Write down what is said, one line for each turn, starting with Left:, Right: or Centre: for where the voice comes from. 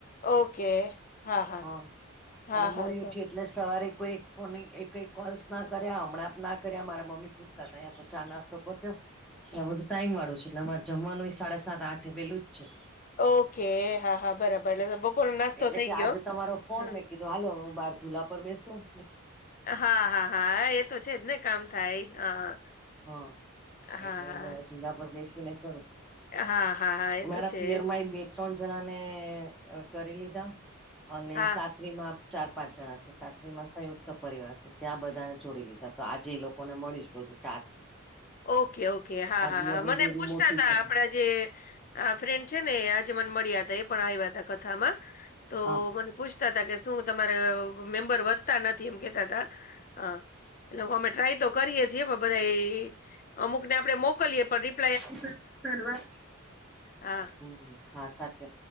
Left: ઓકે હા હા
Centre: હ
Left: હા
Centre: અને મોડી
Left: હા સર
Centre: ઉઠી એટલે સવારે કોઈ ફોન એકેય કોલ્સના કર્યા હમણાંના કર્યા મારા મમ્મી પુતતા હતા તો ચા નાસતો પતયો આ બધું ટાઈમ વાળું છે, એટલે અમારે જમવાનું એ સાડા સાત આઠ વેલું જ છે.
Left: ઓકે હા હા બરાબર એટલે બપોર નાસ્તો
Centre: એટલે
Left: થઇ
Centre: કે આજે
Left: ગયો
Centre: તમારો ફોન
Left: હા
Centre: મેં કીધું હાલો હું બાર ચુલા પર બેસુ
Left: હા હા હા એ તો છે, જ ને કામ થાય હા
Centre: હા એટલે
Left: હા હા
Centre: ત ચુલા પર બેસી ને કરું
Left: હા હા હા એ
Centre: મારા
Left: તો છે,
Centre: પિયરમાં
Left: જ
Centre: એ બે ત્રણ જણા ને કરી લીધા અને
Left: હા
Centre: સા સરીમાં ચાર પાંચ જણા છે, સાસ્ત્રીમાં સંયુક્ત પરિવાર છે, ત્યાં બધાને જોડી લીધા તો આજે એ લોકોને મળીશ બધું ટાસ્ક
Left: ઓકે ઓકે હા
Centre: મારી
Left: હા
Centre: દિયરની
Left: હા મને
Centre: બેબી
Left: પૂછતા
Centre: મોટી
Left: તા
Centre: છે
Left: આપડા જે આ ફ્રેન્ડ છે, ને આજ મન મળ્યા હતા એ પણ આવ્યા હતા કથામાં તો
Centre: હા
Left: મન પૂછતા તા કે શું તમારે મેમ્બર વધતા નથી એમ કેતા તા અ એલોકો અમે ટ્રાય તો કરીએ છીએ પણ બધા અમુક ને આપડે મોકલીએ પણ રી
Centre: <inaudible>
Left: હા
Centre: હમ હા સાચે